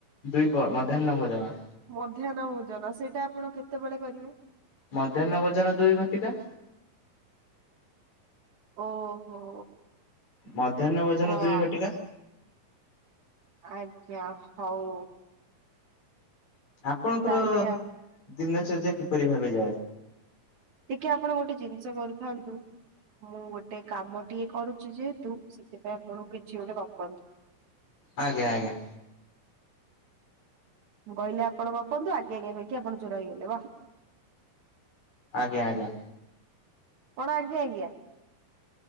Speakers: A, on the left; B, on the right.
A: ଦୁଇ ପ ମଧ୍ୟାହ୍ନ ଭୋଜନ।
B: ମଧ୍ୟାହ୍ନ ଭୋଜନ ସେଇଟା ଆପଣ କେତେବେଳେ କରିବେ?
A: ମଧ୍ୟାହ୍ନ ଭୋଜନ ଦୁଇ ଘଟିକା।
B: ଓହୋ।
A: ମଧ୍ୟାହ୍ନ ଭୋଜନ
B: ୱା
A: ଦୁଇ ଘଟିକା।
B: ଆଜ୍ଞା ହଉ।
A: ଆପଣଙ୍କର
B: ତାହେଲେ
A: ଦିନଚର୍ଯ୍ୟା କିପରି ଭାବେ ଯାଏ?
B: ଟିକେ ଆପଣ ଗୋଟେ ଜିନିଷ କରିଥାନ୍ତୁ। ମୁଁ ଗୋଟେ କାମଟିଏ କରୁଛି ଯେହେତୁ ସେଥିପାଇଁ ଆପଣ କିଛି ଗୋଟେ ଗପନ୍ତୁ?
A: ଆଜ୍ଞା ଆଜ୍ଞା।
B: ମୁଁ କହିଲି ଆପଣ ଗପନ୍ତୁ ଆଜ୍ଞା ଆଜ୍ଞା କହିକି ଆପଣ ଚୋର ହେଇଗଲେ ବାଃ।
A: ଆଜ୍ଞା ଆଜ୍ଞା।
B: କଣ ଆଜ୍ଞା ଆଜ୍ଞା?